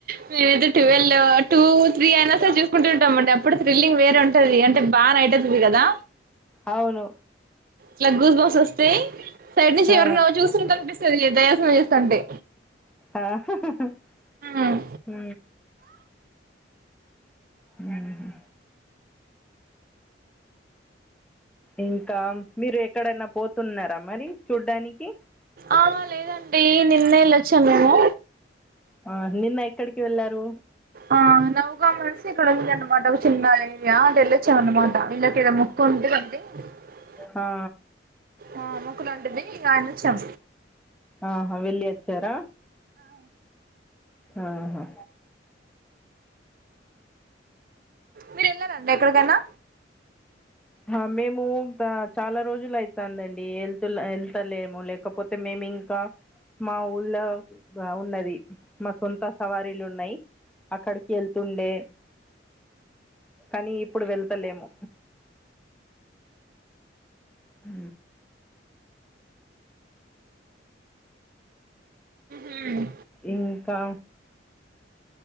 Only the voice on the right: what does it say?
మేమైతే టువాల్ దా టూ త్రీ అయినా సరే చేసుకుంటు ఉంటాం అండి అప్పుడు తథ్రిల్లింగ్ వేరే ఉంటాది అంటే బాగా నైట్ అవుతాది కదా
ఇలా గూస్ బాక్స్ వస్తే సైడ్ నుంచి
ఎవరైనా చూస్తున్నా కనిపిస్తుంది దయా సినిమా చూస్తా ఉంటే
ఉమ్.
ఆ లేదండి నిన్నే వెళ్లొచ్చాం మేము
ఆ నవగాం నుంచి ఇక్కడ ఉంది అనమాట ఒక చిన్న ఏరియా ఆ టెళ్లి వచ్చాం అన్నమాట వీళ్ళకి ఏదో ముక్కు ఉంది బండి అ
ఆ మూకుల అంటుంది అనుచ్చం.
మీరేళ్లారండి ఎక్కడికైనా.
హ్మ్.